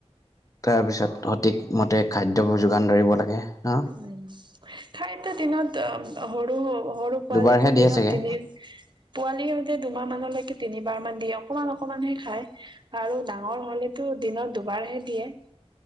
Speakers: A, on the left; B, on the right.
A: তাৰপিছত সঠিকমতে খাদ্যবোৰ যোগান ধৰিব লাগে ন
B: মই খাইত দিনত সৰু সৰু পোৱালীবোৰ
A: দুবাৰহে দিয়ে
B: দিনত
A: চাগে
B: তিনি পোৱালি হলে দুমাহ মানলৈকে তিনিবাৰ মান দিয়ে অকমান অকমানহে খায় আৰু ডাঙৰ হলেতো দিনত দুবাৰহে দিয়ে